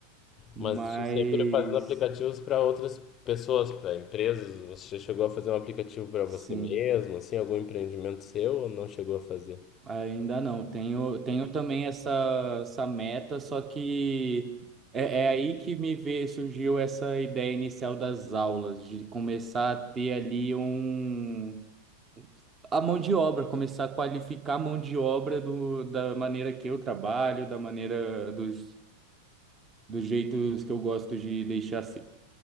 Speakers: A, on the left; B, on the right.
A: Mas
B: mas
A: você sempre fazendo aplicativos para outras pessoas, para empresas. Você já chegou a fazer um aplicativo para
B: sim,
A: você mesmo, assim, algum empreendimento seu ou não chegou a fazer?
B: ainda não. Tenho, tenho também essa, essa meta, só que é, é aí que me veio, surgiu essa ideia inicial das aulas, de começar a ter ali um. A mão de obra, começar a qualificar a mão de obra do, da maneira que eu trabalho, da maneira dos, dos jeitos que eu gosto de deixar se-